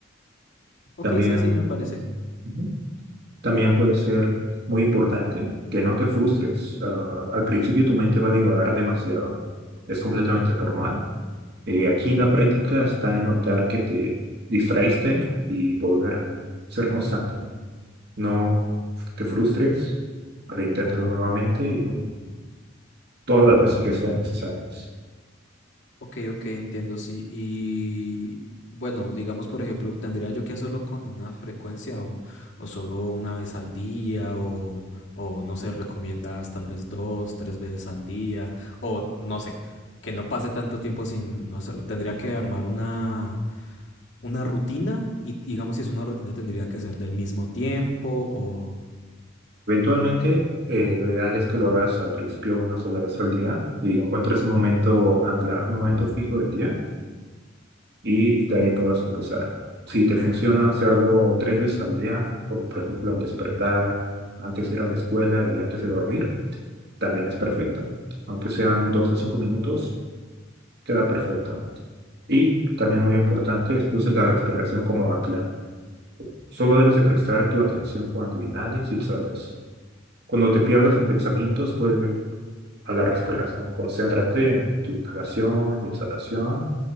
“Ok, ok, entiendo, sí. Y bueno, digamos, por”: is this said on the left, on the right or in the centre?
Left